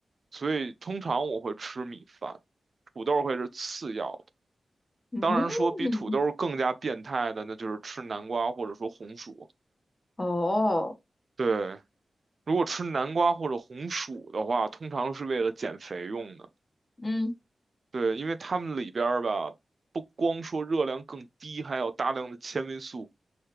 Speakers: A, on the right; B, on the left.
A: 所以通常我会吃米饭，土豆会是次要的。
B: 嗯，
A: 当然说比土豆更加变态的，那就是吃南瓜或者说红薯。
B: 哦，
A: 对，如果吃南瓜或者红薯的话，通常是为了减肥用的。
B: 嗯，
A: 对，因为它们里边儿吧，不光说热量更低，还有大量的纤维素。